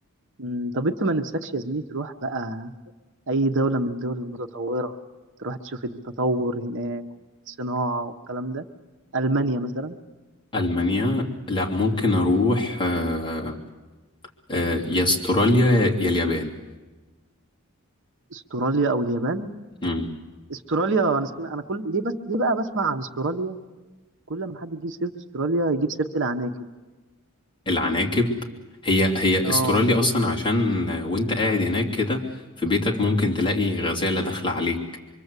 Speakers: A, on the right; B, on the left.
A: امم طب انت ما نفسكش يا زميلي تروح بقى اي دولة من الدول المتطورة تروح تشوف التطور هناك والصناعة والكلام ده المانيا مثلا
B: ألمانيا لا ممكن أروح آه، آه، يا استراليا يا اليابان
A: استراليا او اليابان
B: مم.
A: استراليا انا سمع... انا كل ليه بس ليه بقى بسمع عن استراليا كل ما حد يجيب سيرة استراليا يجيب سيرة العناكب
B: العناكب هي هي
A: اه
B: استراليا اصلا عشان وانت قاعد هناك كده في بيتك ممكن تلاقي غزالة داخلة عليك